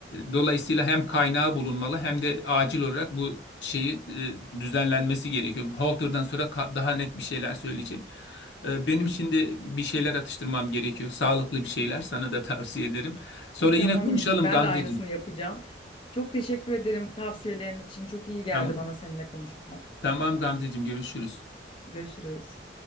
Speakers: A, on the left; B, on the left.
A: dolayısıyla hem kaynağı bulunmalı hem de acil olarak bu şeyi e, düzenlenmesi gerekiyor. Halter'dan sonra ka- daha net bir şeyler söyleyecek. E, benim
B: Evet.
A: şimdi bir şeyler atıştırmam gerekiyor. Sağlıklı bir şeyler sana da tavsiye ederim. Sonra
B: Tamam
A: yine konuşalım
B: Ümitciğim, ben
A: Gamzeciğim.
B: de aynısını yapacağım. Çok teşekkür ederim tavsiyelerin için. Çok iyi geldi
A: Tamam.
B: bana seninle konuşmak.
A: Tamam Gamzeciğim görüşürüz.
B: Görüşürüz.